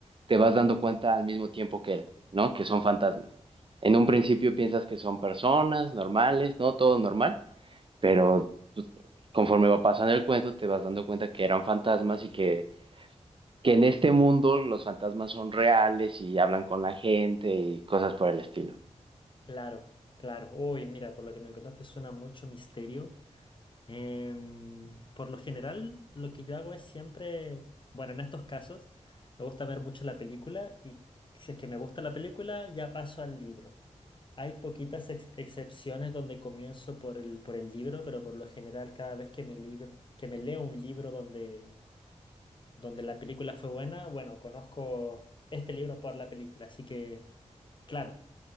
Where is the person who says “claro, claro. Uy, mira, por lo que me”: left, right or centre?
Left